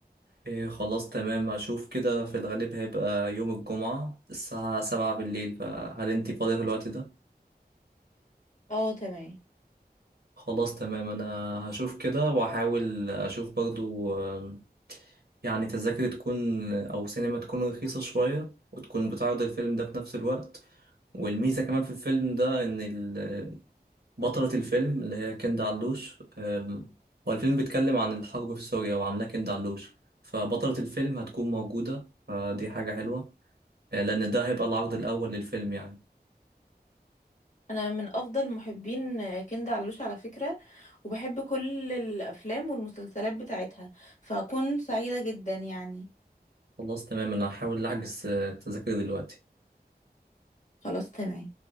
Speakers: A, on the right; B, on the left.
A: إيه خلاص تمام هشوف كده في الغالب هيبقى يوم الجمعة الساعة سبعة بالليل فهل انتي فاضية في الوقت ده؟
B: اه تمام
A: خلاص تمام أنا هشوف كده وأحاول أشوف برضو آم، يعني تذاكر تكون أو سينما تكون رخيصة شوية وتكون بتعرض الفيلم ده في نفس الوقت والميزة كمان في الفيلم ده إن ال- بطلة الفيلم اللي هي كندا علوش آم، هو الفيلم بيتكلم عن الحرب في سوريا وعاملاه كندا علوش فبطلة الفيلم هتكون موجودة فدي حاجة حلوة آه، لأن ده هيبقى العرض الأول للفيلم يعني
B: انا من افضل محبين كندا علوش على فكرة وبحب كل الافلام والمسلسلات بتاعتها فاكون سعيدة جدا يعني
A: خلاص تمام أنا هحاول أحجز آه، تذاكر دلوقتي
B: خلاص تمام